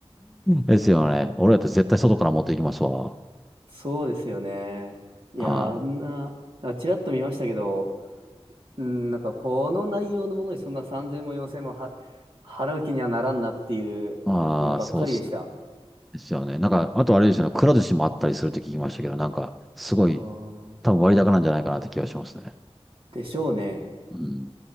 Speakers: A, in the centre; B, on the right.
A: ですよね。俺だって絶対外から持っていきますわ。
B: そうですよね。いや、
A: あ
B: あんな、なんかちらっと見ましたけど、うん、なんかこの内容のものにそんな3000も4000もは払う気にはならんなっていうものばっかりでした。
A: あ、ああ、そうですね。ですよね。なんか、あとあれですよね。くら寿司もあったりするって聞きましたけど、なんか、すごい、
B: あー
A: 多分割高なんじゃないかなって気がしますね。
B: でしょうね。
A: うん。